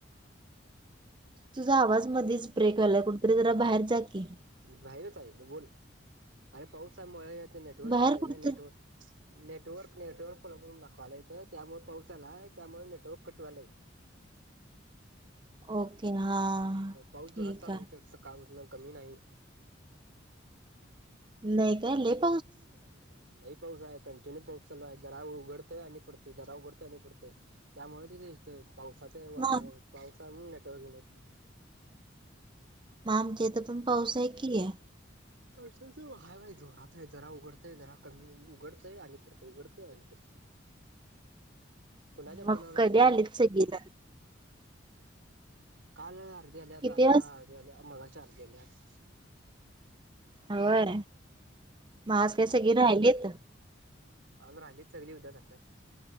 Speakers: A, on the right (about 25°); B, on the right (about 70°).
A: तुझा आवाज मधच ब्रेक आलाय कुठतरी जरा बाहेर जा का
B: बाहेरच आहे बोल अरे पाऊसामुळे नेटवर्क
A: बाहेर
B: केले
A: कुठतरी
B: ना नेटवर्क नटवर्क नटवर्क खो करून दाखवाला येत त्यामुळे पाऊस आलाय त्यामुळे नेटवर्क कटवालाय
A: ओके. हा
B: पाऊस
A: ठीक
B: जराात चालू इथं काम कमी नाही
A: नाही काय लेफ्ट
B: नाही पाऊस आहे कंटिन्यू पाऊस चालू आहे जरा उघडतय आणि पडतोय जरा उघडतय आणि पडतंय त्यामुळे तिथे पावसाचे वातावरण
A: मग
B: पावसा म्ह नेटवर्क येइना
A: आमच्या इथं पण पाऊसा आहे की आहे?
B: हय जोरात आहे जरा उघडतय जरा कमी उघडतय आणि पुडते उघडतय आणि पुडती कोणाच्या
A: मग
B: फोनवर
A: कधी
B: फोन
A: आलीत सगळीजण
B: काल अर्धे आलेत
A: किती
B: आता
A: वाज
B: अर्धे आल्या मगाचे आले गेल्यास.
A: होय आज काय सगळी राहिलेत
B: आज राहिली सगळी उद्या जातातच